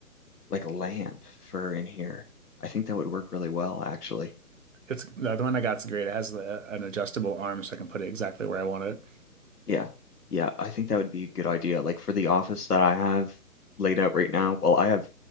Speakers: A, on the left; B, on the right.
A: like lamp for in here. I think that would work really well actually.
B: It's the the one I got's great. It has the, an adjustable arm, so I can put it exactly where I want it.
A: Yeah. Yeah, I think that would be a good idea. Like for the office that I have laid out right now, well, I have